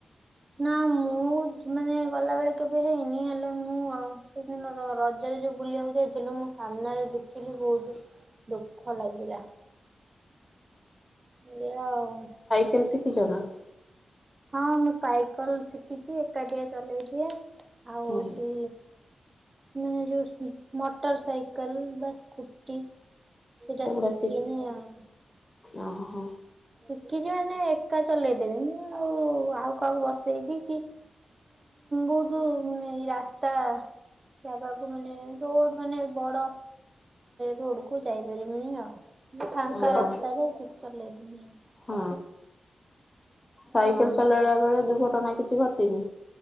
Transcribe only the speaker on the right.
ନା ମୁଁ ମୁଁ ମାନେ ଗଲାବେଳେ କେବେ ହେଇନି ହେଲେ ମୁଁ ଆଉ ସେଦିନ ର ରଜରେ ଯୋଉଁ ବୁଲିବାକୁ ଯାଇଥିଲୁ ମୁଁ ସାମ୍ନାରେ ଦେଖିଲି ବହୁତ
ଦୁଃଖ ଲାଗିଲା ଏଇଆ ଆଉ।
ହଁ ମୁଁ ସାଇକେଲ ଶିଖିଛି ଏକାଟିଆ ଚଲେଇ ଦିଏ। ଆଉ
ହଉଛି ମାନେ ଯୋଉ ମୋଟର ସାଇକଲ ବା ସ୍କୁଟି। ସେଟା
ଶିଖିନି
ଆଉ।
ଶିଖିଛି ମାନେ ଏକା ଚଲେଇଦେବି ମୁଁ ଆଉ ଆଉ କାକୁ ବସେଇକି କି ବହୁତ ଏଇ ରାସ୍ତା ଜାଗାକୁ ମାନେ ରୋଡ ମାନେ ବଡ ରୋଡ କୁ ଯାଇ ା <unintelligible> ର ଆଉ ଫାଙ୍କା
ରାସ୍ତାରେ ଶୀ ଚଳେଇ ଦେବି।
ହଁ।